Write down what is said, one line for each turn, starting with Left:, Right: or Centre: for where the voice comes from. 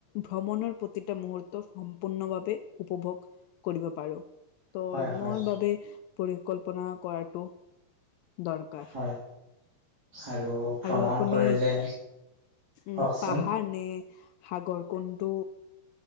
Left: ভ্ৰমণৰ প্ৰতিটা মুহূৰ্ত সম্পূৰ্ণভাৱে উপভোগ কৰিব পাৰোঁ, ত'
Right: হয়, হয়,
Left: মোৰ বাবে পৰিকল্পনা কৰাটো দৰকাৰ।
Right: হয় আৰু ভ্ৰমণ
Left: আৰু আপুনি
Right: কৰিলে
Left: উম,
Right: কওকচোন
Left: পাহাৰ নে সাগৰ কোনটো